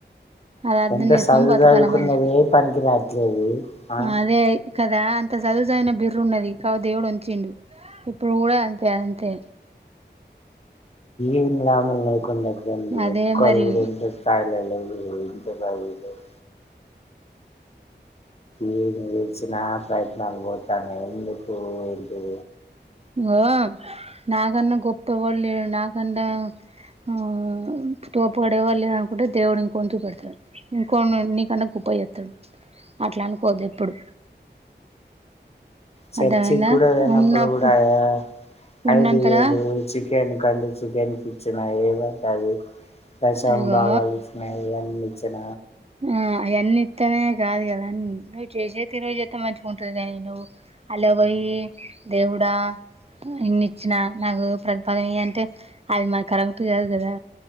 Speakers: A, on the right; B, on the left.
A: అది అర్థం
B: ఎంత
A: చేసుకొని
B: చదువుకున్న
A: బతకాల మనిషి
B: ఏది పనికి రాదు ఏంది ఆహా.
A: అదే కదా అంత చదువు చదివిన బిర్రు ఉన్నది కావు దేవుడు ఉంచిండు. ఇప్పుడు కూడా అంతే అంతే.
B: ఏం లాభం లేకుండా పో దాని మీద
A: అదే
B: ఒక్కలు
A: మరి
B: కూడా ఇంట్రెస్ట్ గా తా లేదు లేదు ఇంత చదువుడు లేదు ఏం చేసినా ప్రయత్నాలు పోతుయి కాని ఎందుకు ఏంటిది
A: ఇగో నా కన్న గొప్ప ఎవడు లేడు నాకన్నా హో తోపోడు ఎవ్వడు లేడు అనుకుంటే దేవుడు ఇంకొన్ని చూపెడతాడు ఇంకొన్ని నీకన్నా గొప్ప చేస్తాడు అట్లా అనుకోద్దు ఎప్పుడు
B: చర్చి
A: అర్థమైందా
B: కూడా పోయినప్పుడు
A: ఉన్నప్పుడు
B: కూడా ఆ
A: ఉన్నంతలా
B: ఐదు వేలు చి చికెన్ కండి చికెన్ కి ఇచ్చిన ఏదంటే అది ప్రశాంత్
A: అయ్యో
B: బాబాయ్ ఇచ్చిన ఆయన్ని ఇచ్చిన
A: ఆ ఆయన్ని ఇస్తనే కాదు కదా నువ్వు చేసే తీరుగా చేత్తే మంచిగా ఉంటది కాని నువ్వు అల్లకు పోయి దేవుడా ఇన్ని ఇచ్చిన నాకు ప్రతిఫలం ఈ అంటే అది మన కరెక్ట్ కాదు కదా